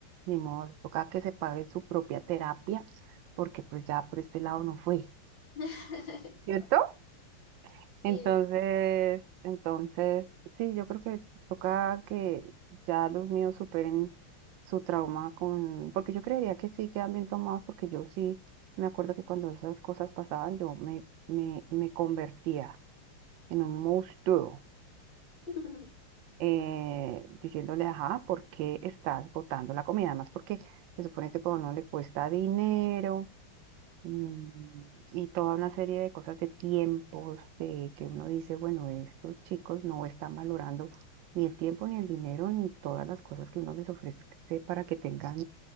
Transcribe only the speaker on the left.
<laughs>
Sí.
<laughs>